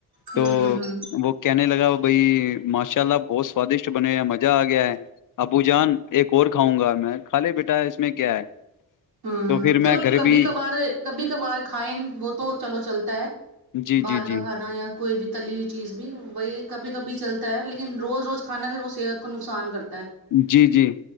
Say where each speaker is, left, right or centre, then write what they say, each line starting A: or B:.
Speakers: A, on the right; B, on the left.
A: ہ
B: تو
A: ہ ہ
B: وہ کہنے لگا بائی ماشاء اللہ بہت سوادشٹ بنے ہے مزہ آ گیا ہے ابو جان ایک اور کھاؤں گا میں کھا لے بیٹا اس میں کیا ہے
A: ہوں
B: تو پھر
A: چلو
B: میں گھر
A: کبھی
B: بھی
A: کبھار کبھی کبھار کھائیں وہ تو چلو چلتا ہے
B: جی
A: باہر
B: جی
A: کا
B: جی
A: کھانا یا کوئی بھی تلی ہوئی چیز بھی وہی کبھی کبھی چلتا ہے لیکن روز روز کھانا پھر وہ صحت کو نقصان کرتا ہے
B: جی جی